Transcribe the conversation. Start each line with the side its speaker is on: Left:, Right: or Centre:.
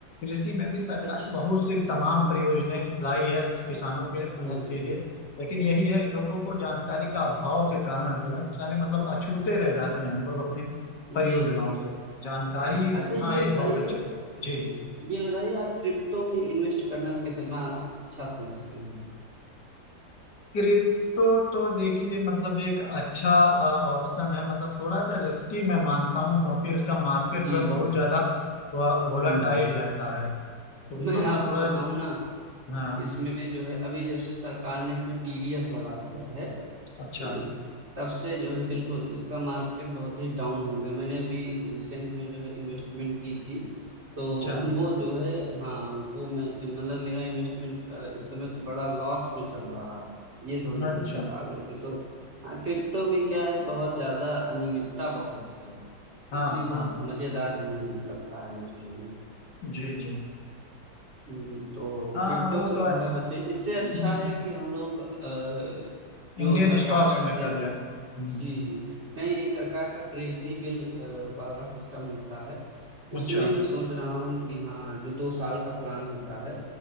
Left: कृषि में भी सरकार
Right: अच्छा
Left: बहुत सी तमाम परियोजनाएं लाई है किसानों के मदद
Right: हम्म
Left: के लिए लेकिन यही है लोगों को जानकारी का अभाव के कारण जो है बेचारे मतलब अछूते रह जाते हैं हम लोग अपनी
Right: जी
Left: परियोजनाओं
Right: जी
Left: से जानकारी
Right: अच्छा
Left: होना
Right: अच्छा ये
Left: एक
Right: बताइए
Left: बहुत अच्छा
Right: हम्म,
Left: जी
Right: ये बताइए आप क्रिप्टो में इन्वेस्ट करना कितना अच्छा समझते हैं
Left: क्रिप्टो तो देखिए मतलब एक अच्छा ऑप्शन है मतलब थोड़ा सा रिस्की मैं मानता हूँ क्योंकि उसका मार्केट
Right: जी
Left: जो है
Right: जी
Left: बहुत ज्यादा वोलाटाइल
Right: हम्म
Left: रहता है तो उसको
Right: मैं
Left: तो
Right: आपको
Left: मैं थोड़ा
Right: बताऊं ना
Left: हाँ
Right: इसमें जो है अभी जब से सरकार ने इसमें टीडीएस लगा दिया है
Left: अच्छा
Right: है तब से जो है बिल्कुल इसका मार्केट बहुत ही डाउन हो गया मैंने अभी रिसेंट में जो है इन्वेस्टमेंट की थी तो
Left: अच्छा
Right: वो जो है हाँ वो मैं मतलब मेरा इन्वेस्टमेंट इस समय तो बड़ा लॉस में चल रहा है ये थोड़ी
Left: अच्छा
Right: दिक्कत आ गई थी तो हाँ क्रिप्टो में क्या है बहुत ज्यादा अनियमितता बहुत है
Left: हाँ
Right: इसलिए बहुत
Left: हाँ
Right: मजेदार नहीं लगता है मुझे ये।
Left: जी जी
Right: हम्म, तो
Left: हाँ
Right: क्रिप्टो
Left: वो तो
Right: से थोड़ा
Left: है
Right: बचे इससे
Left: हम्म,
Right: अच्छा है कि हम लोग अ, जो
Left: इंडियन
Right: सरकार
Left: स्टॉक्स
Right: का
Left: में
Right: जी
Left: कर लेंगे हम्म,
Right: जी मैं एक सरकार का ट्रेजरी बिल अ, वाला सिस्टम होता है उसमें
Left: अच्छा
Right: मैं सोच रहा हूँ कि हाँ जो दो साल का प्लान होता है